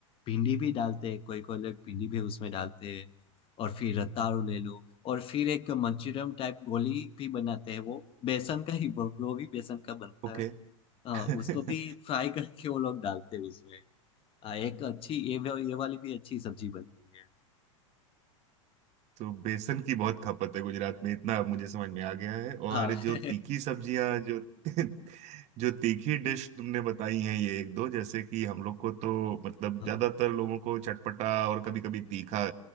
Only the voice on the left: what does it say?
भिंडी भी डालते हैं कोई कोई लोग भिंडी भी उसमें डालते हैं और फिर रताड़ू ले लो और फिर एक मंचूरियन टाइप गोली भी बनाते हैं वो बेसन का ही वो वो भी बेसन का बनता
है
अ, उसको भी फ्राई <laughs> करके वो लोग डालते हैं उसमें हाँ एक अच्छी ये वा- ये वाली भी अच्छी सब्जी बनती है
हाँ <laughs>
हाँ